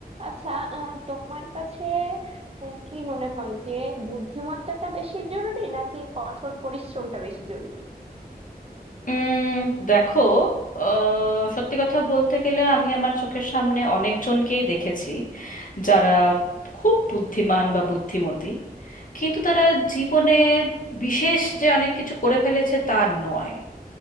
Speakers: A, on the right; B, on the left.
A: আচ্ছা আহ, তোমার কাছে আহ, কি মনে হয় যে বুদ্ধিমত্তাটা বেশি জরুরি নাকি কঠোর পরিশ্রমটা বেশি জরুরি
B: উম দেখো আহ, সত্যি কথা বলতে গেলে আমি আমার চোখের সামনে অনেকজনকেই দেখেছি যারা খুব বুদ্ধিমান বা বুদ্ধিমতী কিন্তু তারা জীবনে বিশেষ যে অনেক কিছু করে ফেলেছে তা নয়